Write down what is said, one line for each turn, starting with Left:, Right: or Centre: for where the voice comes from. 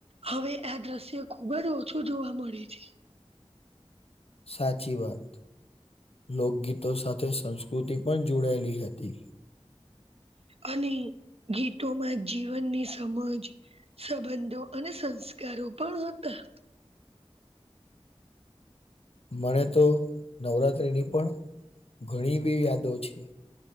Right: હવે આ દ્રશ્ય ખુબ જ ઓછું જોવા મળે છે.
Left: સાચી વાત લોકગીતો સાથે સંસ્કૃતિ પણ જોડાયેલી હતી.
Right: અને ગીતોમાં જીવનની સમજ સંબંધો અને સંસ્કારો પણ હતા.
Left: મને તો નવરાત્રીની પણ ઘણી બી યાદો છે.